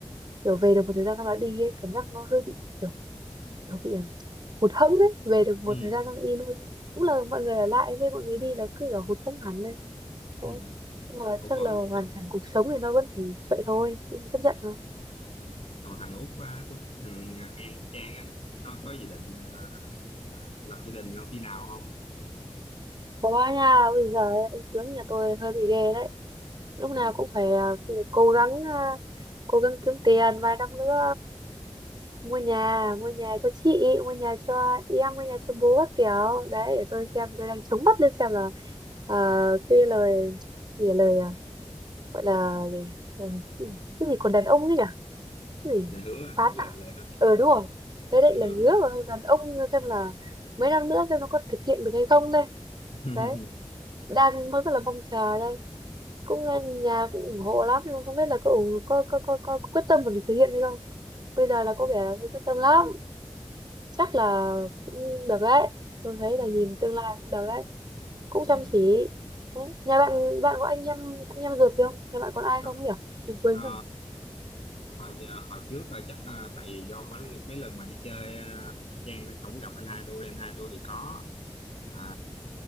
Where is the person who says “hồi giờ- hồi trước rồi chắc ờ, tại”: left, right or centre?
Left